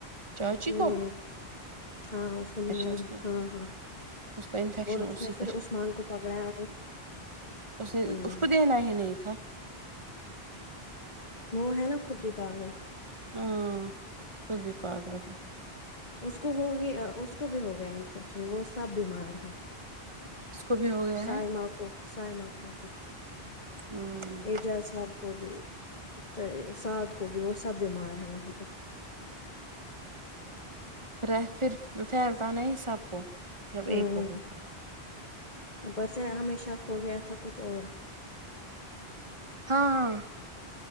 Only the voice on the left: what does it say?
ہوں،
ہاں اسکو کو
تو ہاں ہاں
اور اس
نے پھر
عثمان کو پکڑایا
ہوں،
وہ ہے نا خود بھی پاگل
اس کو ہوگیا اس کو بھی ہو گیا انفیکشن وہ سب بیمار ہیں
سائما
کو سائما کو بھی
اعجاز صاحب کو بھی تو سعاد کو بھی وہ سب بیمار ہے وہاں پہ
ہوں
اوپر سے ہمیشہ کھو گیا تھا کچھ اور